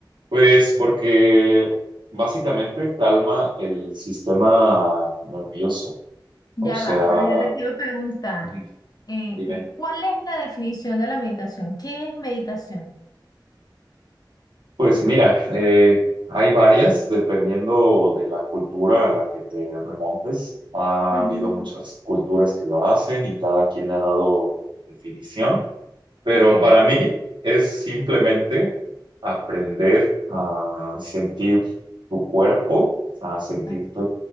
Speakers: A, on the right; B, on the left.
A: Pues porque básicamente calma el sistema nervioso.
B: Ya
A: O sea,
B: va, pero yo te quiero preguntar,
A: Ujú.
B: eh,
A: dime.
B: eh, ¿cuál es la definición de la meditación? ¿Qué es meditación?
A: Pues mira, eh, hay varias, dependiendo de la cultura a la que te remontes. Ha
B: Ujú.
A: habido muchas culturas que lo hacen y cada quien le ha dado definición, pero
B: Ok,
A: para mí es simplemente aprender a sentir tu cuerpo, a sentirte
B: ok,